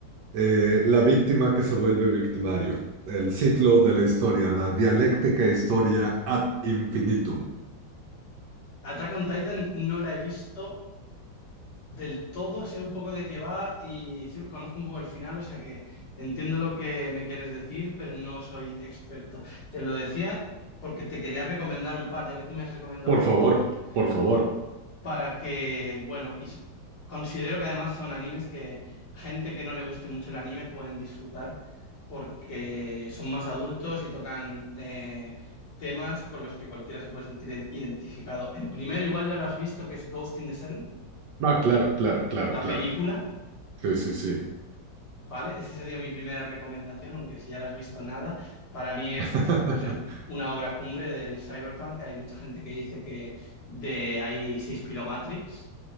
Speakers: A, on the right; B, on the left.
A: Eh, la víctima que se vuelve victimario. El ciclo de la historia, la dialéctica historia ad infinitum.
B: Attack on Titan no la he visto, del todo, sé un poco de qué va y sí, conozco un poco el final, o sea que entiendo lo que me quieres decir, pero no soy experto. Te lo decía porque te quería recomendar un par, ya que tú me has recomendado
A: Por
B: libros,
A: favor, por favor.
B: pa- para que, bueno, y s- considero que además son animes que gente que no le guste mucho el anime pueden disfrutar porque son más adultos y tocan eh, temas con los que cualquiera se puede sentir identificado. El primero, igual ya lo has visto, que es Ghost in the Shell,
A: Ah, claro, claro, claro,
B: la
A: claro.
B: película.
A: Sí, sí, sí.
B: ¿vale? Esa sería mi primera recomendación, aunque si ya la has visto nada, para mí es,
A: <laughs>
B: pues eso, una obra cumbre del cyberpunk. Hay mucha gente que dice que de ahí se inspiró Matrix.